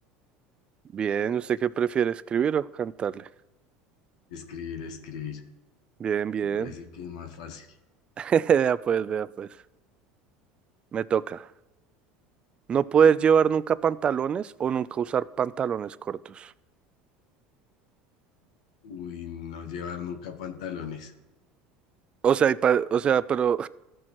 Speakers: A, on the right; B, on the left.
A: Bien, ¿usted qué prefiere, escribir o cantarle?
B: Escribir, escribir.
A: Bien, bien.
B: Me parece que es más fácil.
A: <laughs> Vea pues, vea pues. Me toca. No poder llevar nunca pantalones o nunca usar pantalones cortos.
B: Uy, no llevar nunca pantalones.
A: O sea, y pa- o sea, pero